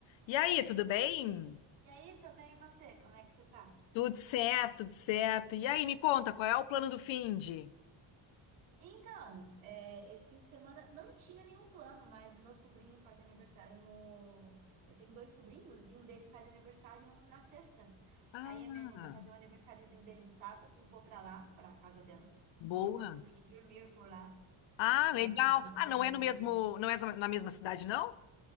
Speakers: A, on the left; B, on the right.
A: E aí, tudo bem?
B: E aí, tô bem, e você? Como é que você tá?
A: Tudo certo, tudo certo. E aí, me conta, qual é o plano do Find?
B: Então, é, esse fim de semana não tinha nenhum plano, mas o meu sobrinho faz aniversário no. Eu tenho dois sobrinhos e um deles faz aniversário na sexta.
A: Ah,
B: Aí a minha irmã vai fazer o aniversáriozinho dele no sábado, vou pra lá, pra casa dela.
A: boa.
B: Vou provavelmente dormir por lá,
A: Ah,
B: pra
A: legal.
B: o aniversário
A: Ah, não é
B: dele.
A: no mesmo, não é na mesma cidade, não?